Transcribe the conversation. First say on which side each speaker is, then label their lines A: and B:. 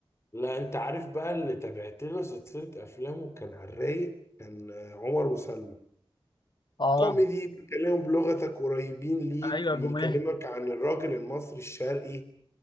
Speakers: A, on the left; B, on the left.
A: لا أنت عارف بقى اللي تابعت له سلسلة أفلامه كان على الرايق كان آه، عمر وسلمى
B: اه
A: كوميدي بيتكلموا بلغتك قريبين ليك
B: ايوه
A: بيكلمك
B: جمال
A: عن الراجل المصري الشرقي